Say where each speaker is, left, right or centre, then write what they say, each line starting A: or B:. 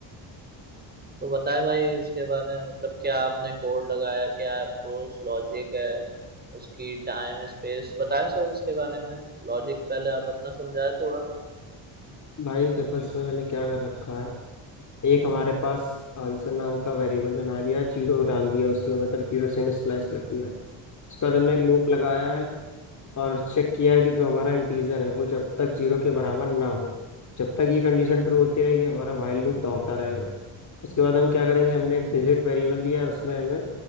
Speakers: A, on the right; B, on the left.
A: तो बताएं भाई उसके बारे में मतलब क्या आपने कोड लगाया क्या अप्रोच लॉजिक है उसकी टाइम स्पेस बताएं सब इसके बारे में लॉजिक पहले आप अपना समझाएं थोड़ा
B: भाई देखो इसमें मैंने क्या कर रखा है एक हमारे पास आंसर नाम का वेरिएबल बना लिया जीरो डाल दिया उसमें मतलब जीरो से हमने स्लैश कर दिया उसके बाद हमने एक लूप लगाया है और चेक किया है कि जो हमारा इंटीजर है वो जब तक जीरो के बराबर ना हो जब तक ये कंडीशन ट्रू होती रहेगी हमारा व्हाइल लूप दौड़ता रहेगा उसके बाद हम क्या करेंगे हमने एक डिजिट वेरिएबल लिया है उसमें हमें